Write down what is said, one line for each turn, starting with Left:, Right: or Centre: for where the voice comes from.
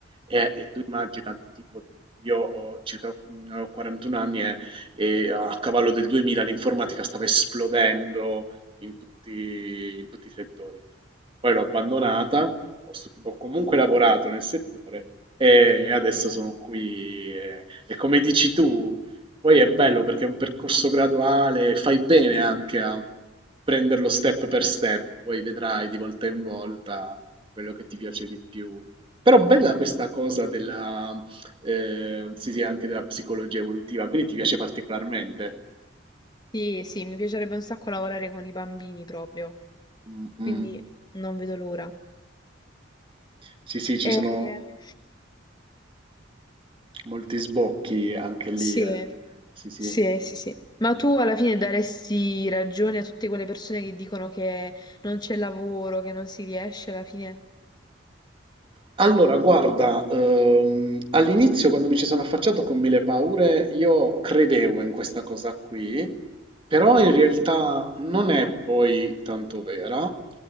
Right: E, e tu immagina, tipo, io ho circa mm, ho 41 anni e, e a cavallo del 2000 l'informatica stava esplodendo in tutti, in tutti i settori. Poi l'ho abbandonata, ho, stu- ho comunque lavorato nel settore e, e adesso sono qui. E, e come dici tu, poi è bello perché è un percorso graduale, fai bene anche a prenderlo step per step, poi vedrai di volta in volta quello che ti piace di più però bella questa cosa della, ehm, sì, sì, anche della psicologia evolutiva, quindi ti piace particolarmente.
Left: Sì, sì, mi piacerebbe un sacco lavorare con i bambini proprio,
Right: Mm, mm.
Left: quindi non vedo l'ora.
Right: Sì, sì, ci
Left: Eh,
Right: sono molti sbocchi anche lì.
Left: sì,
Right: eh. Sì, sì.
Left: sì, sì, sì. Ma tu alla fine daresti ragione a tutte quelle persone che dicono che non c'è lavoro, che non si riesce alla fine?
Right: Allora, guarda, ehm, all'inizio quando mi ci sono affacciato con mille paure, io credevo in questa cosa qui, però in realtà non è poi tanto vera.